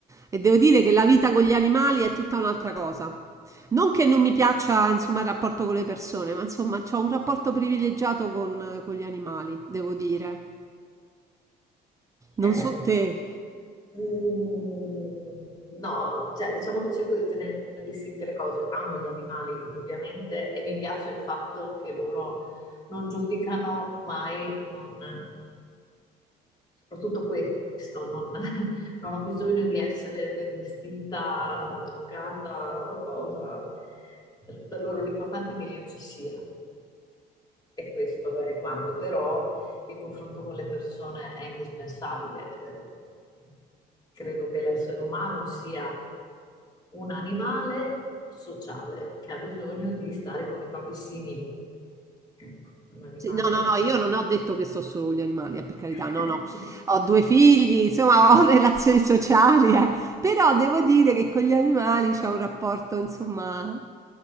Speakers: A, on the right; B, on the left.
A: e devo dire che la vita con gli animali è tutta un'altra cosa. Non che non mi piaccia insomma il rapporto con le persone, ma insomma ho un rapporto privilegiato con con gli animali, devo dire.
B: Eh
A: Non so
B: beh.
A: te.
B: Mm, No, cioè diciamo che cerco di tenere distinte le cose. Amo gli animali, indubbiamente, e mi piace il fatto che loro non giudicano mai, non- soprattutto questo, non, <laughs> non ho bisogno di essere ben vestita, truccata o cosa. Per loro l'importante è che io ci sia. E questo è quanto, però il confronto con le persone è indispensabile. Eh, credo che l'essere umano sia un animale sociale che ha bisogno di stare con i propri simili. Ecco, è un animale...
A: Sì, No, no, no, io non ho detto che so solo con gli animali, eh, per carità,
B: <laughs>
A: no, no, ho due figli, insomma, ho <laughs> relazioni sociali, eh. Però devo dire che con gli animali c'è un rapporto, insomma,